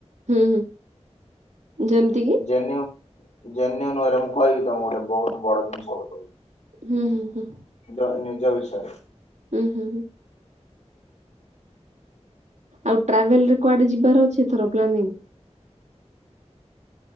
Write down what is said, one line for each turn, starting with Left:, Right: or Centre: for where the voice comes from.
Right: ହୁଁ ହୁଁ, ଯେମିତି କି?
Left: ଜେନ୍ୟୁ ଜେନ୍ୟୁ ନୁହଁରେ ମୁଁ କହିବି ତମକୁ ଗୋଟେ ବହୁତ ବଡ଼ ଜିନିଷ ଟେ କହିବି।
Right: ହୁଁ ହୁଁ ହୁଁ।
Left: ଜ ନିଜ ବିଷୟରେ।
Right: ହୁଁ ହୁଁ ହୁଁ। ଆଉ ଟ୍ରାଭେଲ ରେ କୁଆଡେ ଯିବାର ଅଛି ଏଥର ପ୍ଲାନିଂ?